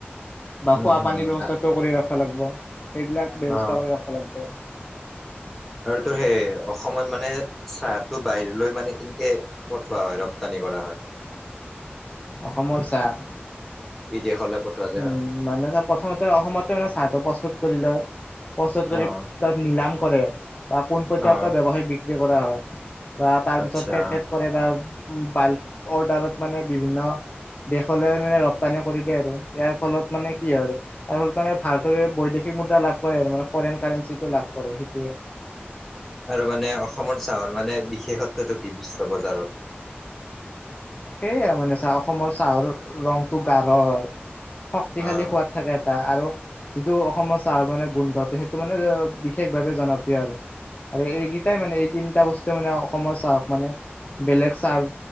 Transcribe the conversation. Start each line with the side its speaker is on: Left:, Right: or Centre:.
Left: বা
Centre: উম,
Left: খোৱা
Centre: উম,
Left: পানীৰ ব্যৱস্থাটো কৰি ৰাখবা লাগিব সেইবিলাক ব্যৱস্থা
Centre: অ,
Left: কৰি ৰাখিব লাগিব
Centre: আৰু তোৰ সেই, অসমত মানে চাহটো বাহিৰলৈ মানে কেনেকে পঠোৱা হয়, ৰপ্তানি কৰা হয়।
Left: অসমৰ চাহ।
Centre: বিদেশলৈ পঠোৱা, যে
Left: উম,
Centre: হয়।
Left: মানে চাহ, প্ৰথমতে অসমতে মানে চাহটো প্ৰস্তুত কৰি লয়। প্ৰস্তুত কৰি
Centre: অ',
Left: তাত নিলাম কৰে বা পোনপটীয়াকৈ
Centre: অ',
Left: ব্যৱসায় বিক্ৰী কৰা হয়। বা তাৰ
Centre: আচ্ছা।
Left: পিছত, পেকট কৰে বা বাল্ক অৰ্ডাৰত মানে বিভিন্ন দেশলৈ মানে ৰপ্তানি কৰি দিয়ে আৰু ইয়াৰ ফলত মানে কি হয় আৰু তাৰ ফলত মানে, ভাৰতৰ বৈদেশিক সেই মুদ্ৰা লাভ কৰে আৰু মানে ফৰেন কাৰেঞ্চিটো লাভ কৰে, সেইটোৱে।
Centre: আৰু মানে অসমৰ চাহৰ মানে, বিশেষত্বটো কি? বিশ্ব বজাৰৰ।
Left: সেয়ে মানে চাহ অসমৰ চাহৰ ৰংটো গাঢ় হয়, শক্তিশালী
Centre: অ'
Left: সোৱাদ। থাকে এটা আৰু যিটো অসমৰ চাহ, মানে গোন্ধটো সেই তটো মানে, বিশেষ ভাৱে জনপ্ৰিয় আৰু। আৰু এইকেইটাই মানে এই তিনিটা বস্তু মানে অসমৰ চাহক মানে বেলেগ চাহ।